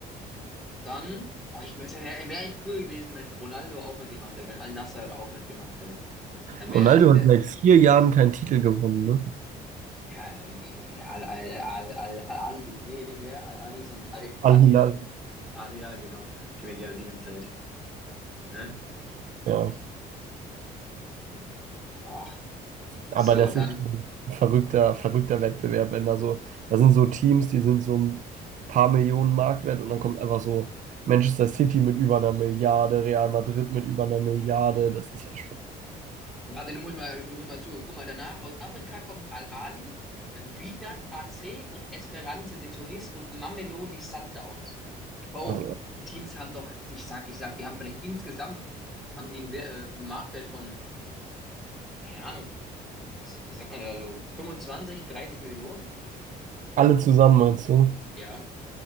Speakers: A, in the centre; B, on the right.
A: dann, oh, ich, es wäre wär echt cool gewesen, wenn Ronaldo auch mitgemacht hätte, wenn Al-Nassr auch mitgemacht hätte. Dann
B: Ronaldo
A: wäre es,
B: hat
A: wär,
B: seit vier Jahren keinen Titel gewonnen, ne?
A: ja, ich- Al, Al, Al, Al, Al-Ali gewinnt. Nee, nicht wer, Al-Ali, sondern Al-Attihad.
B: Al-Hilal.
A: Ah, ja, genau. Gewinnt ja die ganze Zeit. Ne?
B: Ja,
A: Oh.
B: aber
A: So,
B: das
A: dann,
B: ist schon ein verrückter, verrückter Wettbewerb, wenn da so, da sind so Teams, die sind so ein paar Millionen Marktwert und dann kommt einfach so Manchester City mit über einer Milliarde, Real Madrid mit über einer Milliarde, das ist ja schon,
A: warte, du musst mal, du musst mal zuhören. Guck mal, danach aus Afrika kommt Al-Ali, Wydad AC und Esperance de Tunis und Mamelodi Sundowns. Bro,
B: also
A: die Teams haben doch, ich sag, ich sag, die haben vielleicht insgesamt, haben die einen, Wer- äh, einen Marktwert von, keine Ahnung, was, was sagt man da so, fünfundzwanzig, dreißig Millionen?
B: alle zusammen, meinst du?
A: Ja.